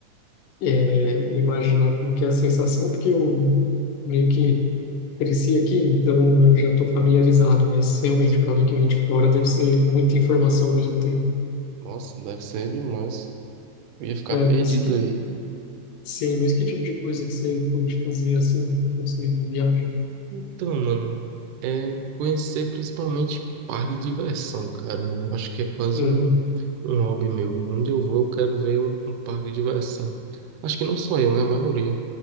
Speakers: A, on the left (about 85°); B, on the right (about 80°).
A: é, imaginar como que é a sensação, porque eu meio que cresci aqui, então eu já estou familiarizado, mas
B: Sei,
A: realmente
B: sei.
A: para alguém que vem de fora deve ser muita informação ao mesmo tempo.
B: Nossa, deve ser demais. Eu ia ficar
A: É,
B: perdido
A: mas que,
B: aí.
A: sim, mas que tipo de coisa que você curte fazer assim, quando você viaja?
B: Então, mano, é conhecer principalmente parque de diversão, cara. Eu acho que é quase
A: Uhum,
B: um, um hobby meu. Onde eu vou, eu quero ver um, um parque de diversão. Acho que não só eu, né? A maioria.